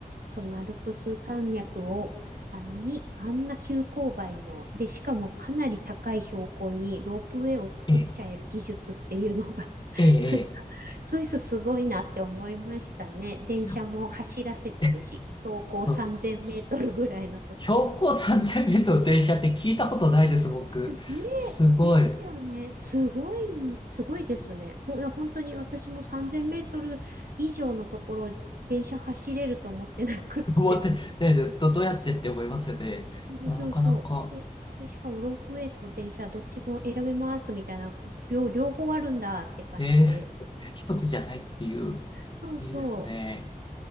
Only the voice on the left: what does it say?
ええ、ええ、
ええ。え、
その、す標高3000メートルの電車って聞いたことないです、僕。
すごい。
思って、ねで、ど、どうやってって思いますよね。
ななかなか、
えー、<laughs> 一つじゃないっていう、
いいですね。